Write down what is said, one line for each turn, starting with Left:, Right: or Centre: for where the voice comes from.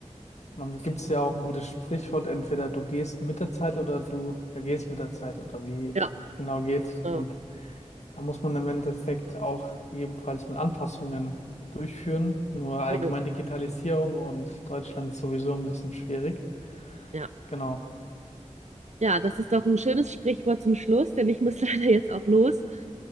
Left: man gibt es ja auch ein gutes Sprichwort, entweder du gehst mit der Zeit oder du vergehst mit der Zeit oder wie
Right: Ja,
Left: es genau geht.
Right: äh,
Left: Und da muss man im Endeffekt auch ebenfalls mit Anpassungen durchführen. Nur allgemein
Right: voll.
Left: Digitalisierung und Deutschland ist sowieso ein bisschen schwierig.
Right: Ja.
Left: Genau.
Right: Ja, das ist doch ein schönes Sprichwort zum Schluss, denn ich muss <laughs> leider jetzt auch los.